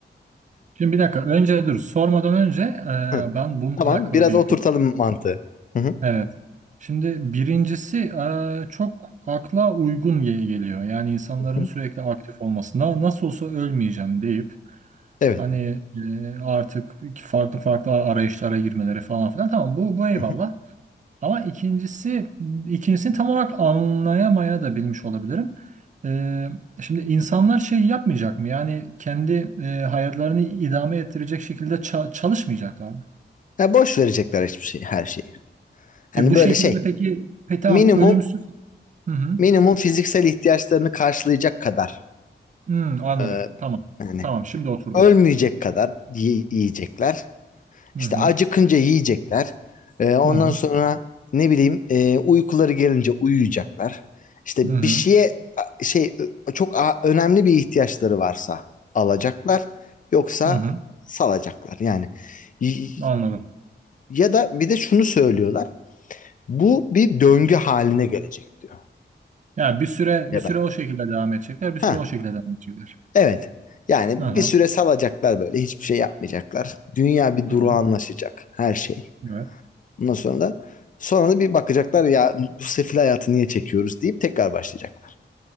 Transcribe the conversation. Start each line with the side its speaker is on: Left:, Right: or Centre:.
Right: Şimdi bir dakika. Önce dur. Sormadan önce e,
Left: Hı.
Right: ben bununla
Left: Tamam,
Right: alakalı
Left: biraz
Right: bir
Left: oturtalım mantığı. Hı hı.
Right: Evet. Şimdi birincisi eee, çok akla uygun ge- geliyor. Yani insanların
Left: Hı hı.
Right: sürekli aktif olması. Na- nasıl olsa ölmeyeceğim deyip
Left: Evet.
Right: hani eee, artık farklı farklı arayışlara girmeleri falan filan. Tamam bu bu eyvallah.
Left: Hı hı.
Right: Ama ikincisi ikincisini tam olarak anlayamaya da bilmiş olabilirim. Eee, şimdi insanlar şey yapmayacak mı? Yani kendi eee, hayatlarını idame ettirecek şekilde ça- çalışmayacaklar mı?
Left: Ya boş verecekler hiçbir şey, her şeyi. Hani
Right: E bu
Left: böyle
Right: şekilde
Left: şey,
Right: peki, peki tamam
Left: minimum
Right: ölümsüz. Hı hı.
Left: minimum fiziksel ihtiyaçlarını karşılayacak kadar
Right: Hmm, anladım.
Left: e,
Right: Tamam.
Left: yani
Right: Tamam, şimdi oturdu.
Left: ölmeyecek kadar yi- yiyecekler. İşte
Right: Hı hı.
Left: acıkınca yiyecekler. Ee, ondan
Right: Hı hı.
Left: sonra ne bileyim e, uykuları gelince uyuyacaklar. İşte
Right: Hı hı.
Left: bir şeye a- şey ö- çok a- önemli bir ihtiyaçları varsa alacaklar. Yoksa
Right: Hı hı.
Left: salacaklar yani. Y-
Right: Anladım.
Left: Ya da bir de şunu söylüyorlar. Bu bir döngü haline gelecek diyor.
Right: Yani bir süre
Left: Ya
Right: bir süre
Left: da
Right: o şekilde devam edecekler, bir
Left: ha
Right: süre o şekilde devam edecekler.
Left: evet. Yani
Right: Hı hı.
Left: bir süre salacaklar böyle hiçbir şey yapmayacaklar. Dünya bir
Right: Hı
Left: duru
Right: hı.
Left: anlaşacak her şey.
Right: Evet.
Left: Ondan sonra da sonra da bir bakacaklar ya bu sefil hayatı niye çekiyoruz deyip tekrar başlayacaklar